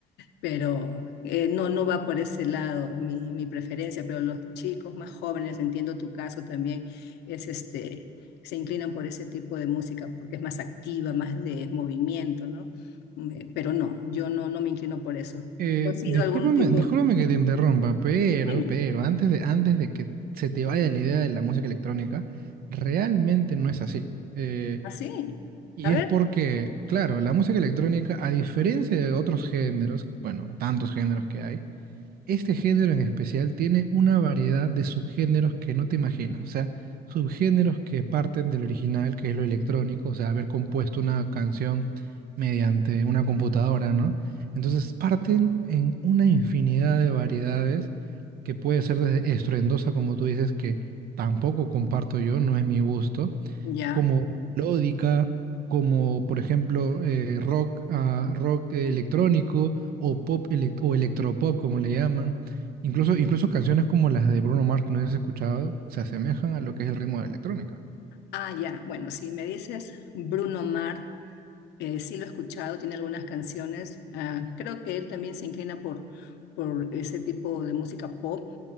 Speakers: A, on the left; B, on the right.
A: pero eh, no, no va por ese lado mi, mi preferencia, pero los chicos más jóvenes, entiendo tu caso también, es este, se inclinan por ese tipo de música porque es más activa, más de movimiento, ¿no? Me- pero no, yo no, no me inclino por eso.
B: Eh,
A: ¿Tú has sido
B: discúlpame,
A: algún tipo?
B: discúlpame que te interrumpa, pero,
A: Dime.
B: pero, antes de, antes de que se te vaya la idea de la música electrónica, realmente no es así. Eh,
A: ¿Así?
B: y
A: A ver,
B: es porque, claro, la música electrónica, a diferencia de otros géneros, bueno, tantos géneros que hay, este género en especial tiene una variedad de subgéneros que no te imaginas, o sea, subgéneros que parten del original, que es lo electrónico, o sea, haber compuesto una canción mediante una computadora, ¿no? Entonces parten en una infinidad de variedades que puede ser desde estruendosa, como tú dices, que tampoco comparto yo, no es mi gusto,
A: ya.
B: como melódica, como por ejemplo eh, rock, ah, rock eh, electrónico o pop elec- o electropop, como le llaman. Incluso, incluso canciones como las de Bruno Mars, que no has escuchado, se asemejan a lo que es el ritmo de la electrónica.
A: Ah, ya. Bueno, si me dices Bruno Mars, Eh, sí lo he escuchado, tiene algunas canciones. Ah, creo que él también se inclina por, por ese tipo de música pop